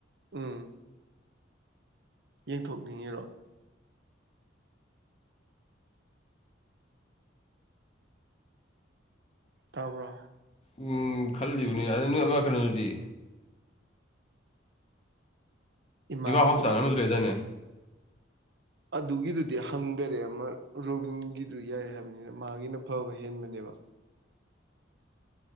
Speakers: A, on the right (about 60°); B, on the left (about 35°).
A: ꯎꯝ ꯌꯦꯡꯊꯣꯛꯅꯤꯡꯉꯤꯔꯣ ꯇꯥꯕ꯭ꯔꯣ
B: ꯎꯝ ꯈꯜꯂꯤꯕꯅꯤ ꯑꯗꯨ ꯅꯣꯏ ꯑꯃ ꯀꯩꯅꯣꯗꯨꯗꯤ
A: ꯏꯃꯥꯗꯨꯔꯣ
B: ꯏꯃ ꯍꯣꯞ ꯆꯥꯅ ꯑꯃꯁꯁꯨ ꯂꯩꯗꯅꯦ
A: ꯑꯗꯨꯒꯤꯗꯨꯗꯤ ꯍꯪꯗꯔꯦ ꯑꯃ ꯔꯣꯕꯤꯟꯒꯤꯗꯨ ꯌꯥꯏ ꯍꯥꯏꯕꯅꯤꯅ ꯃꯥꯒꯤꯅ ꯐꯕ ꯍꯦꯟꯕꯅꯦꯕ